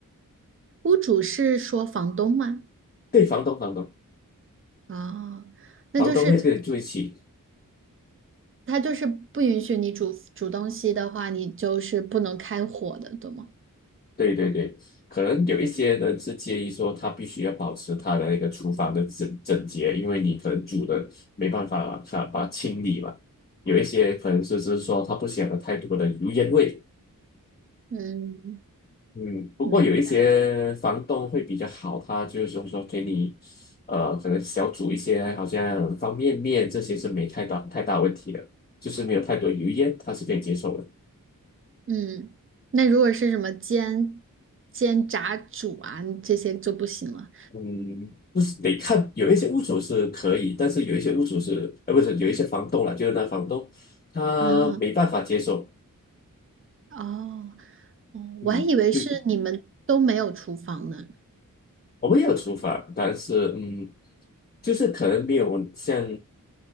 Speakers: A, on the right (about 40°); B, on the left (about 30°).
A: 屋主是说房东吗？
B: 对，房东房东
A: 哦，那就是
B: 房东会跟你住一起。
A: 它就是不允许你煮煮东西的话，你就是不能开火的，对吗？
B: 对对对，可能有一些人是介意说他必须要保持他的那个厨房的整整洁，因为你可能煮的没办法把把它清理嘛。有一些可能是是说他不想有太多的油烟味，
A: 嗯，
B: 嗯，不过有一些房东会比较好，
A: 明白。
B: 他就是说说给你，呃，可能小煮一些，好像方便面这些是没太大太大问题的，就是没有太多油烟，他是可以接受的。
A: 嗯，那如果是什么煎、煎、炸、煮啊，这些就不行了。
B: 嗯，不是得看，有一些屋主是可以，但是有一些屋主是，呃，不是有一些房东啦，就是那房东他没办法接受，
A: 啊哈，哦，哦，
B: 嗯，
A: 我还以为是你们都没有厨房呢。
B: 就。我们也有厨房，但是嗯，就是可能没有像